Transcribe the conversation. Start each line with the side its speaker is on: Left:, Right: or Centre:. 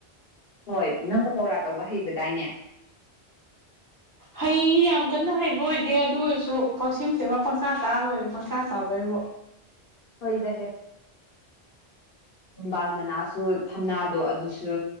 Left: ꯍꯣꯏ ꯅꯪ ꯄꯀꯧꯔꯥ ꯇꯧꯕ ꯍꯩꯕꯗꯥꯏꯅꯦ
Right: ꯍꯩ ꯌꯥꯝ ꯀꯟꯅ ꯍꯩꯕ ꯑꯣꯏꯗꯦ ꯑꯗꯨ ꯑꯣꯏꯔꯁꯨ ꯄꯪꯁꯦꯝ ꯁꯦꯝꯃ ꯄꯪꯁꯥ ꯆꯥꯔ ꯂꯣꯏꯔꯦ ꯄꯪꯁꯥ ꯆꯥꯕꯩꯕꯣ
Left: ꯍꯣꯏꯗ ꯍꯦ ꯊꯝꯕꯥꯜ ꯃꯅꯥꯁꯨ ꯊꯝꯅꯥꯗꯣ ꯑꯗꯨꯁꯨ